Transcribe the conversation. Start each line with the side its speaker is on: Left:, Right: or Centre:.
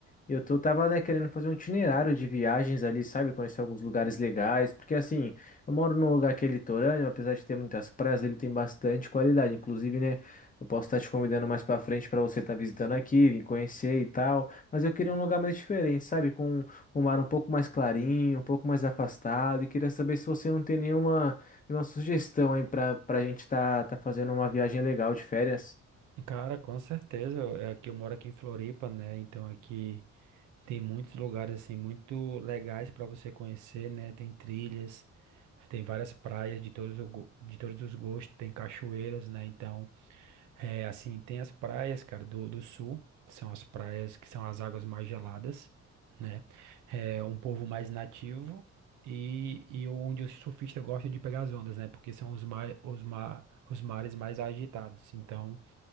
Left: e eu tô, tava, né, querendo fazer um itinerário de viagens ali, sabe? Conhecer alguns lugares legais, porque assim, eu moro num lugar que é litorâneo, apesar de ter muitas praias, ele tem bastante qualidade, inclusive, né? Eu posso estar te convidando mais pra frente pra você estar visitando aqui, vir conhecer e tal, mas eu queria um lugar mais diferente, sabe? Com um mar um pouco mais clarinho, um pouco mais afastado, e queria saber se você não tem nenhuma. E uma sugestão aí pra, pra gente tá, tá fazendo uma viagem legal de férias.
Right: Cara, com certeza. É que eu moro aqui em Floripa, né? Então aqui tem muitos lugares assim muito legais para você conhecer, né? Tem trilhas, tem várias praias de todos, o go- de todos os gostos, tem cachoeiras, né? Então É, assim, tem as praias, cara, do, do sul, que são as praias que são as águas mais geladas, né? É um povo mais nativo e, e onde os surfistas gostam de pegar as ondas, né? Porque são os, mar, os, mar, os mares mais agitados. Então,